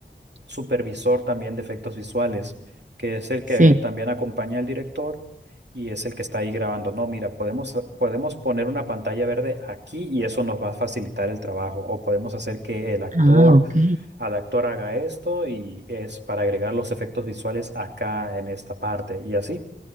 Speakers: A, on the right (about 65°); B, on the right (about 40°).
A: supervisor también de efectos visuales, que es el que
B: Sí.
A: también acompaña al director y es el que está ahí grabando. No, mira, podemos, podemos poner una pantalla verde aquí y eso nos va a facilitar el trabajo. O podemos hacer que el actor,
B: Ah, ok.
A: al actor haga esto y es para agregar los efectos visuales acá en esta parte. Y así,